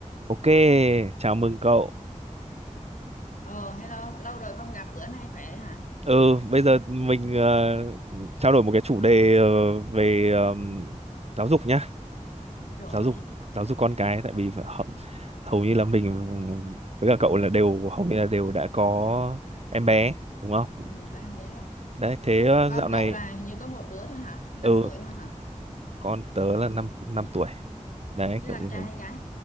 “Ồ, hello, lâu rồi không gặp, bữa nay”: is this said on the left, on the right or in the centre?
Left